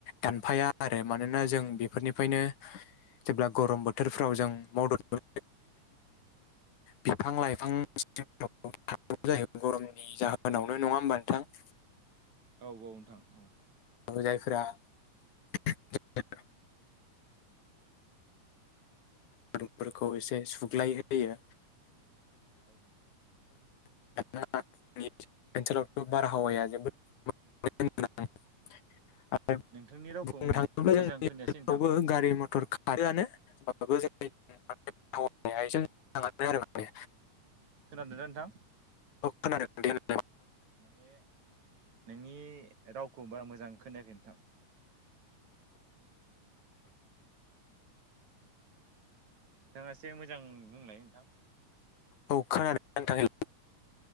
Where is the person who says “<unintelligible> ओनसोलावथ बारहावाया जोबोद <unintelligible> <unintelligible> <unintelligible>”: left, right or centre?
Left